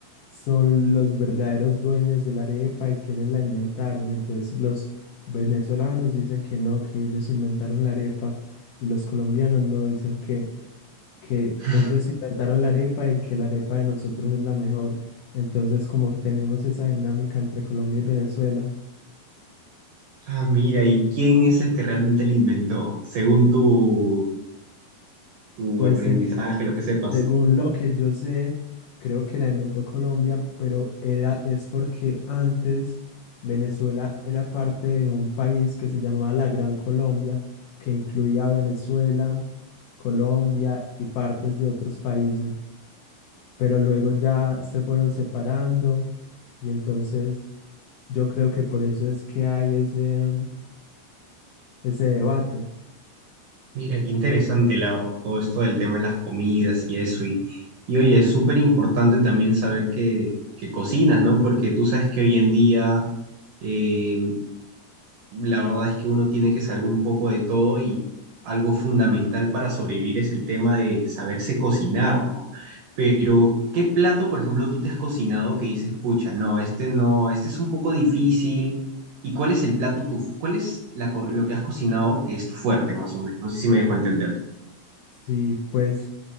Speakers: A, on the left (about 85°); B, on the right (about 75°).
A: son los verdaderos dueños de la arepa y quienes la inventaron. Entonces los venezolanos dicen que no, que ellos inventaron la arepa y los colombianos no, dicen que, que
B: Sí.
A: ellos inventaron la arepa y que la arepa de nosotros es la mejor. Entonces como tenemos esa dinámica entre Colombia y Venezuela,
B: Ah, mira, ¿y quién es el que realmente lo inventó? Según tu, tu
A: pues
B: aprendizaje,
A: se-
B: lo que sepas.
A: Según lo que yo sé, creo que la inventó Colombia, pero era, es porque antes Venezuela era parte de un país que se llamaba la Gran Colombia, que incluía a Venezuela, Colombia y partes de otros países, pero luego ya se fueron separando y entonces yo creo que por eso es que hay ese, ese debate.
B: Mira, qué interesante la, verdad, todo esto del tema de las comidas y eso. Y, y oye, es súper importante también saber que, que cocinas, ¿no? Porque tú sabes que hoy en día eh, la verdad es que uno tiene que saber un poco de todo y algo fundamental para sobrevivir es el tema de saberse cocinar, ¿no? Pero, ¿qué plato, por ejemplo, tú te has cocinado que dices, pucha, no, este no, este es un poco difícil? ¿Y cuál es el plato, tu, fu- cuál es la co- lo que has cocinado que es tu fuerte, más o menos? No sé si me dejo entender.
A: Sí, pues.